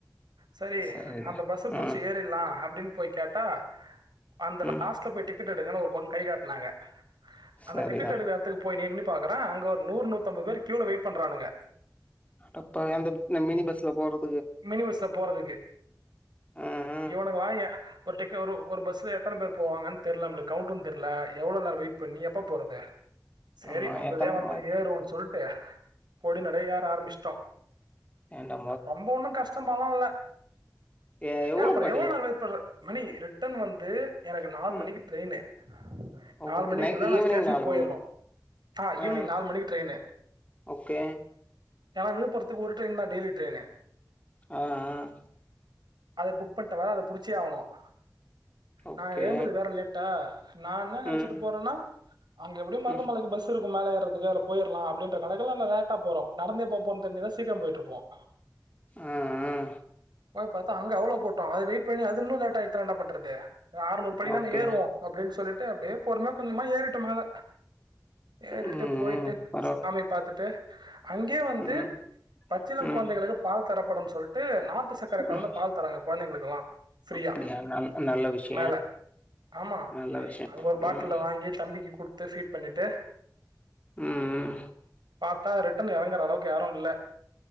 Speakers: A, on the right; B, on the left.
A: சரி
B: சரிடா
A: அந்த பஸ்ஸ புட்ச்சி
B: ஆ
A: ஏறிர்லா அப்டின் போய் கேட்டா அந்த
B: ம்
A: லாஸ்ட்ல போய் டிக்கெட் எடுங்கனு ஒரு பொண் கை காட்னாங்க அந்த
B: சரிதா
A: டிக்கெட் எடுக்ற எடத்துக்கு போய் நின்னு தரோ அங்க ஒரு நூர் நூத் அம்பது பேர் கீழ வெய்ட் பண்றானுங்க
B: அப்ப அந்த மின் மினி பஸ்ல போறத்
A: மினி பஸ்ல போறதுக்கு
B: ம் ம்
A: இவனுங்க வாய்ங்க ஒரு டெக்கு ஒரு ஒரு பஸ்ஸுல எத்தன பேரு போவாங்கன் தெர்ல நம்ளுக் கவுட்டுன் தெர்ல எவ்ளோ நேர வெயிட் பண்ணி எப்ப போறது சேரி
B: ஆமா
A: வந்ததே
B: எத்தன மண்
A: வந்தோ
B: நேர
A: ஏறுவோன் சொல்ட்டு பொடி நடைய ஏற ஆரபிஷ்ட்டோ
B: வேண்டா
A: ரொம்ப ஓன்னும் கஷ்டமாலாம் இல்ல
B: எ எவ்ளோ
A: ஏ அப்புறம்
B: படி
A: எவ்ளோவு நேரம் வெயிட் பன்றது மணி ரிட்டன் வந் து எனக்கு நாலு
B: ம்
A: மணிக்கு ட்ரெயினு
B: ஓ
A: நாலு மணிக்குள்ளே
B: நைட்
A: நான்
B: ஈவினிங்
A: ஸ்டேஷனுக்கு
B: நாலு
A: போயிடணும்
B: மணி
A: ஆஹ் ஈவினிங்
B: ஆ
A: நாலு மணிக்கு ட்ரெயினு
B: ஓகே
A: ஏனா விழுப்புரத்துக்கு ஒரு ட்ரெயின் தா டெய்லி ட்ரெயினு
B: ஆஹ் ஆஹ்
A: அத புக் பண்ணிட்டவா அத புடிச்சே ஆகணும்
B: ஓகே
A: நா ஏழுந்தது வேற லேட்டா நா என்ன நினைச்சிட்டு
B: ம்
A: போறேன்னா அங்க எப்படியும் மருதமலைக்கு
B: ம்
A: பஸ் இருக்கும் மேல ஏறுதுக்கு போயிர்லா அப்டின்ற கணக்கல்லான்ன லேட்டா போறோ நடந்தே போபோனு தெரிஞ்சிருந்தா சீக்கிரம் போயிட்டு இருப்போம்
B: அஹ் அஹ்
A: போய் பாத்தா அங்க அவ்ளோ கூட்டோ அது வெய் அப்ப என்ன அது இன்னும் லேட் ஆயிட்டுனா என்ன பன்றது அறுநூறுபடி
B: ஆ
A: தான
B: ஓகே
A: ஏறுவோம் அப்டினு சொல்லிட்டு அப்டியே பொறுமயா கொஞ்ச கொஞ்சமா ஏ வீட்டு மேல ஏறிட்டு
B: ம்
A: போயிட்டு
B: ம் பரவா
A: சாமி பாத்துட்டு அங்யே வந்து
B: ம்
A: பச்சிளம்
B: ம்
A: குழந்தைகளுக்கு தரப்படுன் சொல்ட்டு நா நாட்டுச்சக்கர கலந்த
B: ம்
A: பால் தராங்க குழந்தைங்களுக்குல்லா ஃபீரியா
B: அப்டியா நல் நல்ல விஷயோ
A: மேல ஆமா
B: நல்ல விஷயோ
A: அங்க ஒரு பாட்டில்ல
B: ம்
A: வாங்கி தம்பிக்கி குடுத்து ஃபீட் பண்ணிட்டு
B: ம் ம்
A: பாத்தா ரிட்டன் எறங்குற அளவுக்கு யாரு இல்ல,